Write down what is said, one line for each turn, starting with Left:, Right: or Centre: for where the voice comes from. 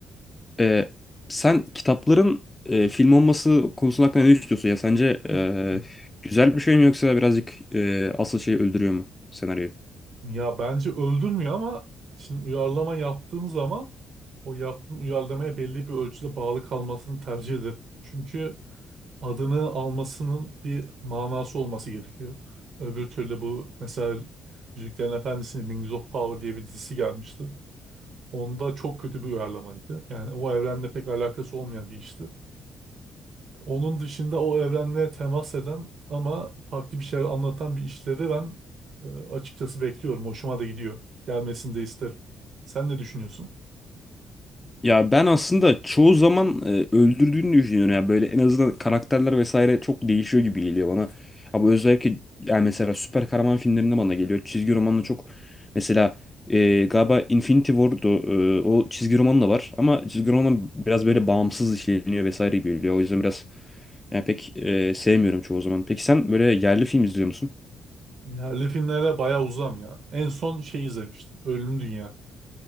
Left: Ee, sen kitapların e, film olması konusunda hakkında ne düşünüyorsun ya? Sence e,
Right: <laughs>
Left: güzel bir şey mi yoksa birazcık e, asıl şeyi öldürüyor mu senaryoyu?
Right: Ya bence öldürmüyor ama şimdi uyarlama yaptığın zaman o yaptığın uyarlamaya belli bir ölçüde bağlı kalmasını tercih ederim. Çünkü adını almasının bir manası olması gerekiyor. Öbür türlü bu mesela Yüzüklerin Efendisi'nin Rings of Power diye bir dizisi gelmişti. Onda çok kötü bir uyarlamaydı. Yani o evrenle pek alakası olmayan bir işti. Onun dışında o evrenle temas eden ama farklı bir şeyler anlatan bir işleri ben e, açıkçası bekliyorum. Hoşuma da gidiyor. Gelmesini de isterim. Sen ne düşünüyorsun?
Left: Ya ben aslında çoğu zaman e, öldürdüğünü düşünüyorum ya böyle en azından karakterler vesaire çok değişiyor gibi geliyor bana. Ama özellikle yani mesela süper kahraman filmlerinde bana geliyor. Çizgi romanla çok mesela e, galiba Infinity War'du e, o çizgi roman da var ama çizgi roman biraz böyle bağımsız işleniyor vesaire gibi geliyor. O yüzden biraz yani pek e, sevmiyorum çoğu zaman. Peki sen böyle yerli film izliyor musun?
Right: Yerli filmlere bayağı uzam ya. En son şey izlemiştim. Ölümlü Dünya.